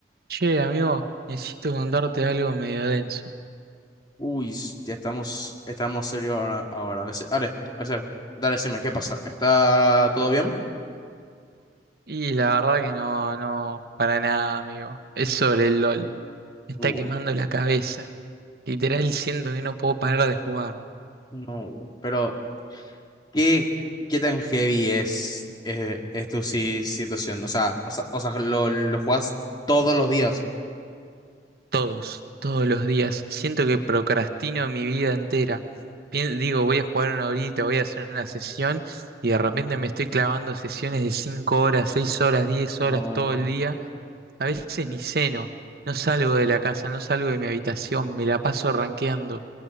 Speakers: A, on the right; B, on the left.
A: Che, amigo, necesito contarte algo medio denso.
B: Uy, s- ya estamos, estamos serios ahora, ahora. A veces, Are, a veces, dale, decime, ¿qué pasa? ¿Está todo bien?
A: Y la verdad que no, no, para nada, amigo. Es sobre el LOL. Me está
B: Uh,
A: quemando la cabeza. Literal siento que no puedo parar de jugar.
B: no, pero ¿qué, qué tan heavy es, eh, es tu si- situación? O sea, o sea, o sea, lo, lo jugás todos los días.
A: Todos, todos los días. Siento que procrastino mi vida entera. Pien- digo, voy a jugar una horita, voy a hacer una sesión y de repente me estoy clavando sesiones de 5 horas, 6 horas, 10
B: No.
A: horas todo el día. A veces ni ceno. No salgo de la casa, no salgo de mi habitación, me la paso rankeando.